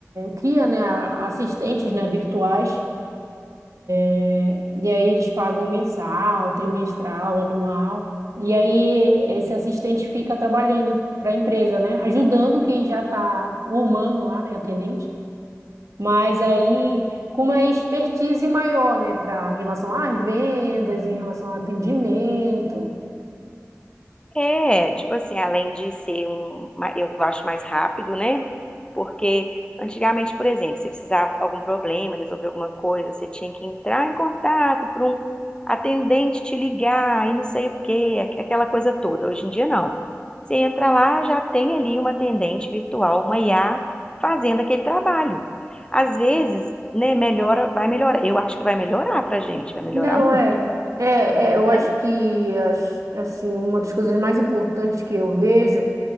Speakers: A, on the right; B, on the left.
A: cria, né, a- assistentes, né, virtuais, é, e aí eles pagam mensal, trimestral, anual, e aí esse assistente fica trabalhando para a empresa, né, ajudando quem já está humano lá, né, atendente, mas aí com uma expertise maior, né, para em relação às vendas, em relação ao atendimento.
B: É, tipo assim, além de ser um, ma- eu acho mais rápido, né? Porque antigamente, por exemplo, você precisava de algum problema, resolver alguma coisa, você tinha que entrar em contato para um atendente te ligar e não sei o quê, aqu- aquela coisa toda. Hoje em dia não. Você entra lá, já tem ali uma atendente virtual, uma IA, fazendo aquele trabalho. Às vezes, né, melhora, vai melhorar. Eu acho que vai melhorar pra gente, vai melhorar
A: Não,
B: muito,
A: é. É, é, eu
B: né?
A: acho que as- assim, uma das coisas mais importantes que eu vejo